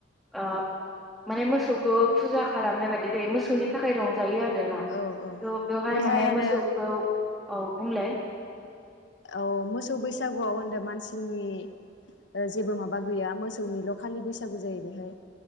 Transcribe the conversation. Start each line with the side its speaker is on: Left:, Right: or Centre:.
Centre: ओ माने मोसौखौ फुजा खालामनाय बादि जायो मोसौनि थाखाय रंजायो आरो आरोना थ'
Left: औ औ
Centre: बेवहाय
Left: बेहाय
Centre: माने
Left: आरो
Centre: मोसौखौ औ बुंलाय?
Left: औ मोसौ बैसागुआव होनदों मानसिनि जेबो माबा गैया मोसौनिल' खालि बैसागु जायो बेहाय